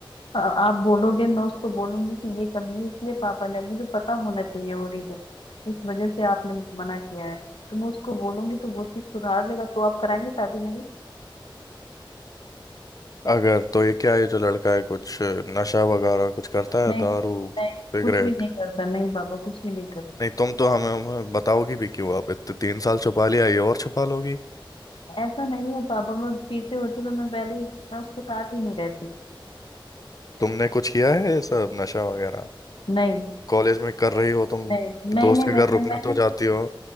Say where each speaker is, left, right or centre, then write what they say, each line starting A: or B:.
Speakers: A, on the left; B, on the left.
A: आ- आप बोलोगे मैं उसको बोलूंगी कि ये कमी है इसलिए पापा ने मुझे पता होना चाहिए वो रीजन इस वजह से आपने मना किया है तो मैं उसको बोलूंगी तो वो चीज सुधार लेगा तो आप कराएंगे शादी मेरी
B: अगर तो ये क्या है जो लड़का है कुछ नशा वगैरह कुछ करता
A: नहीं
B: है
A: नहीं
B: दारू सिगरेट
A: कुछ भी नहीं करता नहीं पापा कुछ भी नहीं करता
B: नहीं तुम तो हमें, हमें बताओगी भी क्यों अब इतने तीन साल छुपा लिया ये और छुपा लोगी
A: ऐसा नहीं है पापा मैं पीते होते तो मैं पहले ही मैं उसके साथ ही नहीं रहती
B: तुमने कुछ किया है ये सब नशा वगैरह
A: नहीं
B: कॉलेज में कर रही हो तुम
A: नहीं नहीं
B: दोस्त
A: नहीं मैंने
B: के घर रुकने
A: मैंने
B: तो जाती हो